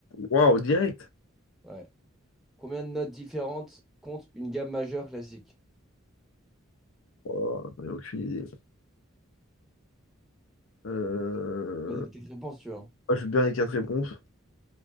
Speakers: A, on the left; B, in the centre.
A: Waouh, direct.
B: Ouais. Combien de notes différentes compte une gamme majeure classique?
A: Oh, j'en ai aucune idée. Euh,
B: Bah, c'est les quatre réponses, tu vois.
A: ah, je veux bien les quatre réponses.